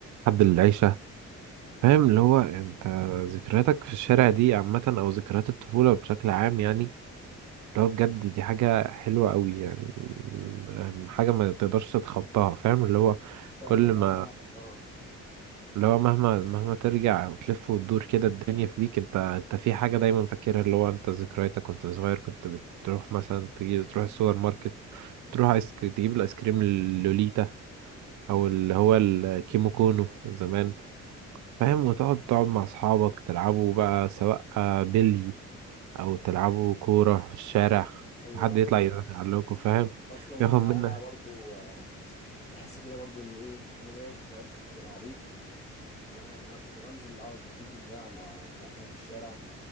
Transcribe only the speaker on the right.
لحد العشاء فاهم اللي هو انت ذكرياتك في الشارع دي عامة أو ذكريات الطفولة بشكل عام يعني اللي هو بجد دي حاجة حلوة قوي يعني م- حاجة ما تقدرش تتخطاها فاهم اللي هو
كل ما
اللي هو مهما مهما ترجع وتلف وتدور كده الدنيا في بيك انت انت في حاجة دايما فاكرها اللي هو انت ذكرياتك وانت صغير كنت بتروح مثلا تجي تروح السوبر ماركت تروح ايس كريم تجيب الايس كريم اللوليتا او اللي هو الكيمو كونو زمان فاهم وتقعد تقعد مع أصحابك تلعبوا بقى سواء آه، بلي أو تلعبوا كورة في الشارع
وحد يطلع
يعلقكوا
فاهم
بياخد منك